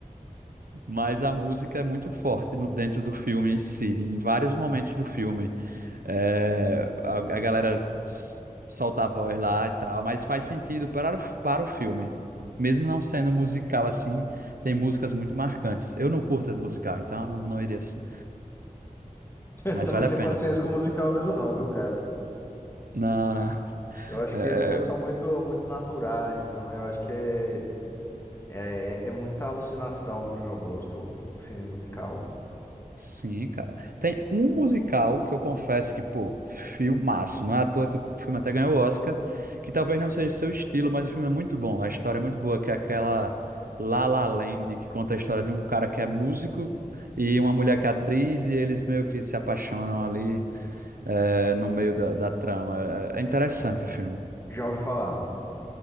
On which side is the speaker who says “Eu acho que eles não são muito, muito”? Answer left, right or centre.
Left